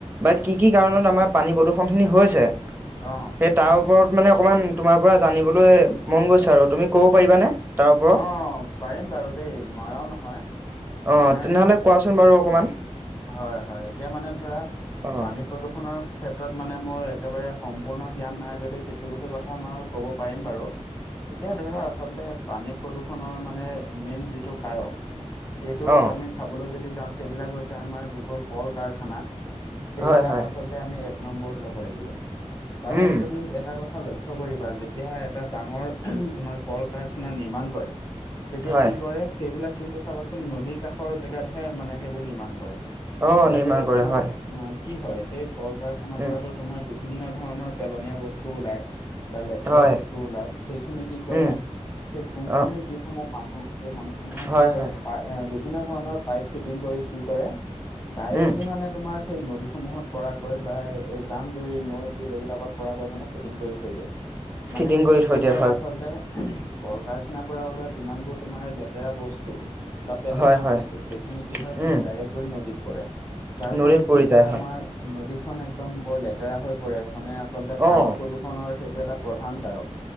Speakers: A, on the right (about 15°); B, on the left (about 30°).
A: বা কি কি কাৰণত আমাৰ পানী প্ৰদূষণখিনি হৈছে?
B: অ।
A: সেই তাৰ ওপৰত মানে অকমান তোমাৰ পৰা জানিবলৈ মন গৈছে আৰু তুমি ক'ব পাৰিবানে? তাৰ ওপৰত?
B: অ পাৰিম বাৰু দেই নোৱাৰাও নহয়।
A: অ
B: মানে
A: তেনেহলে কোৱাচোন বাৰু অকমান?
B: হয় হয় এতিয়া মানে ধৰা
A: অঁ
B: পানী প্ৰদূষণৰ ক্ষেত্ৰত মানে মোৰ একেবাৰে সম্পূৰ্ণ জ্ঞান নাই যদিও কিছু কিছু কথা মই ক'ব পাৰিম বাৰু।
A: অ। <inaudible>
B: এতিয়া ধৰা আচলতে পানী প্ৰদূষনৰ মানে মেইন যিটো কাৰক সেইটোক
A: অঁ
B: আমি চাবলৈ যদি যাওঁ সেইবিলাক হৈছে আমাৰ যিবোৰ কল - কাৰখানা সেইবিলাক
A: হয় হয়
B: আচলতে আমি এক নম্বৰত লব লাগিব কাৰণ
A: উম
B: তুমি এটা কথা লই ক্ষ্য কৰিবা যেতিয়া এটা ডাঙৰ উহুম তোমাৰ কল - কাৰখানা নিৰ্মাণ কৰে তেতিয়া
A: হয়
B: কি কৰে সেইবিলাক কিন্তু চাবাচোন নদীৰ কাষৰ জেগাতহে মানে সেইবোৰ নিৰ্মাণ কৰে।
A: অঁ
B: যাতে
A: নিৰ্মাণ কৰে
B: তোমাৰ
A: হয়
B: আ কি হয়, সেই কল - কাৰখানাৰ
A: উম
B: পৰাতো তোমাৰ বিভিন্ন ধৰণৰ পেলনীয়া বস্তু ওলায়। বা লেতেৰা
A: হয়
B: বস্তু ওলাই, সেইখিনি কি কৰে
A: উম
B: সেই কোম্পানীৰ
A: অঁ
B: যিসমূহ মানুহ সেই মানুহ সময়
A: হয়
B: কি কৰে
A: হয়
B: পাই এ বিভিন্ন ধৰণৰ পাইপ ফিটিং কৰি কি কৰে ডাইৰেক্টলি
A: উম
B: মানে তোমাৰ সেই নদীসমূহত পৰাকৈ বা এই জান- জুৰি, নৈ, বিল এইবিলাকত পৰাকৈ মানে ফিডিং কৰি থৈ দিয়ে।
A: হয় <inaudible>
B: মানে তেতিয়া
A: কৰি থৈ
B: কি
A: দিয়া
B: হয় আচলতে উহু কল - কাৰখানাৰ পৰা ওলোৱা যিমানবোৰ তোমাৰ লেতেৰা বস্তু বা পেলনীয়া
A: হয় হয়
B: বস্তু সেইখিনি কি হয় তোমাৰ
A: উম
B: ডাইৰেক্ট গৈ নদীত পৰে যাৰ
A: নদীত
B: ফলত
A: পৰি
B: কি হয়
A: যায়
B: আমা মাৰ নদীখন একদম বৰ লেতেৰা হৈ পৰে মানে আচলতে পানী
A: অঁ
B: প্ৰদূষ ষনৰ সেইটো এটা প্ৰধান কাৰক